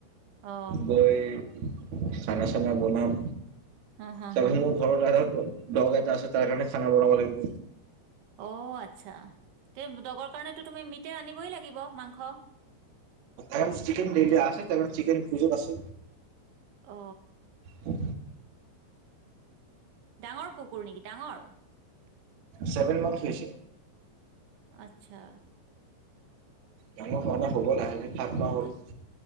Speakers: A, on the right; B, on the right.
A: অ
B: গৈ খানা চানা বনাম
A: হা হা
B: তাৰ
A: হা
B: পাছত মোৰ ঘৰটোা ধৰো দহগ এটা আছে তাৰ কাৰণে খানা বনাব লাগিব
A: অ আচ্ছা তে দগৰ কাৰণেতো তুমি মিতে আনিবই লাগিব মাংস
B: এ চিকেন ডেইলি আছে ত চিকেন পুজ আছে
A: অ
B: উ
A: ডাঙৰ কুকুৰ নেকি ডাঙৰ
B: ছেভেন মান্থ হৈ হৈছে
A: আচ্ছা
B: ডাঙৰ হোৱা ননা হ'ব লাহে লাহোত খোৱা হ'ল